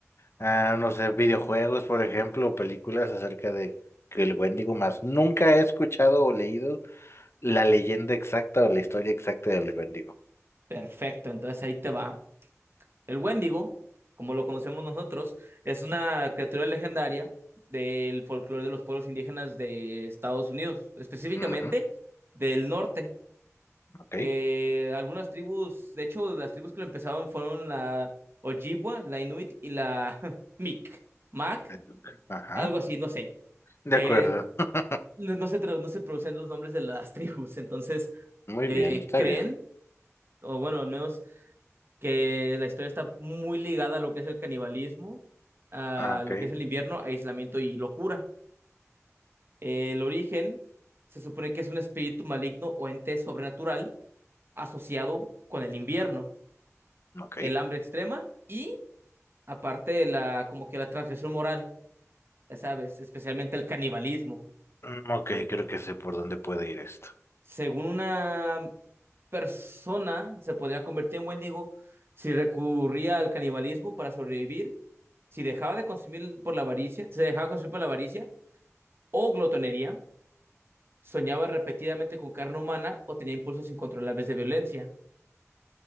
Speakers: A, on the left; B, on the right.
A: ah, no sé, videojuegos, por ejemplo, o películas acerca de que el Wendigo, más nunca he escuchado o leído la leyenda exacta o la historia exacta del Wendigo.
B: Perfecto, entonces ahí te va. El Wendigo, como lo conocemos nosotros, es una criatura legendaria del folclore de los pueblos indígenas de Estados Unidos, específicamente
A: Ujú,
B: del norte.
A: ok.
B: Eh, algunas tribus, de hecho, las tribus que lo empezaron fueron la Ojibwa, la Inuit y la <laughs> Mic, Mac,
A: <laughs> Ajá,
B: algo así, no sé.
A: de
B: Eh,
A: acuerdo. <laughs>
B: no no se, tra- no se producen los nombres de las <laughs> tribus, entonces
A: Muy
B: eh,
A: bien, está
B: creen,
A: bien.
B: o bueno, al menos que la historia está muy ligada a lo que es el canibalismo, a
A: Ah, Ok.
B: lo que es el invierno, aislamiento y locura. Eh, el origen se supone que es un espíritu maligno o ente sobrenatural asociado con el invierno
A: Ok.
B: el hambre extrema y aparte de la como que la transgresión moral, ya sabes, especialmente el canibalismo.
A: Mm, Ok, creo que sé por dónde puede ir esto.
B: Según una persona se podría convertir en Wendigo si recurría al canibalismo para sobrevivir, si dejaba de consumir por la avaricia, se dejaba consumir por la avaricia o glotonería, soñaba repetidamente con carne humana o tenía impulsos incontrolables de violencia.